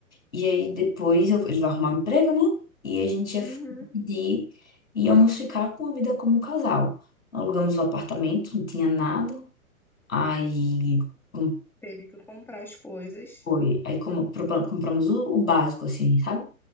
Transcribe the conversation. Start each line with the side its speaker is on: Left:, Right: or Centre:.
Left: E aí depois eu, ele vai arrumar um emprego, né? E a gente ia
Centre: Uhum.
Left: pedir, íamos ficar com a vida como um casal. Alugamos o apartamento, não tinha nada. Aí um
Centre: Teve que comprar as coisas.
Left: Foi. Aí como, propa- compramos o, o básico, assim, sabe?